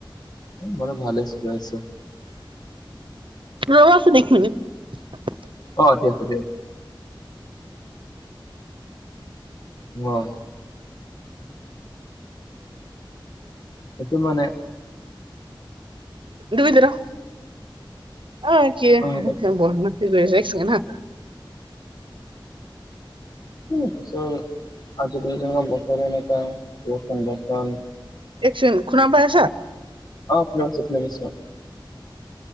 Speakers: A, on the left; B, on the right.
A: মোৰো ভালে চলি আছে।
B: ৰ'বাচোন এক মিনিট।
A: অঁ, ঠিক আছে দিয়া। অঁ সেইটো মানে
B: দুইদৰো, অঁ কি হেহ্
A: অ',
B: হেহ্, বতমাচি কৰি আছে এক ছেকেণ্ড হাঁ।
A: ওঁ পিছত। আজিকালি তেনেকুৱা বতৰে এনেকুৱা বৰষুণ বৰষুণ।
B: এক ছেকেণ্ড শুনা পাই আছা?
A: অঁ, শুনি আছোঁ, শুনি আছোঁ।